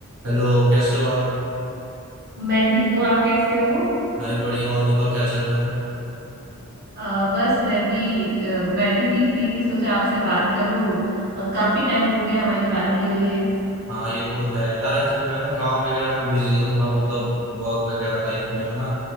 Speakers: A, on the right; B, on the right.
A: Hello कैसे हो आप
B: मैं ठीक हूँ आप कैसे हो
A: भाई बढ़िया और बताओ क्या चल रहा है
B: अ, बस मैं भी अ, बैठी थी फ्री थी सोचा आपसे बात कर लूँ अ, काफी टाइम हो गया हमारी बात नहीं हुई है
A: हाँ ये तो है यार एक्चुअली मैं ना काम वगैरह में बिजी था थोड़ा मतलब वर्क वगैरह लाइफ में है ना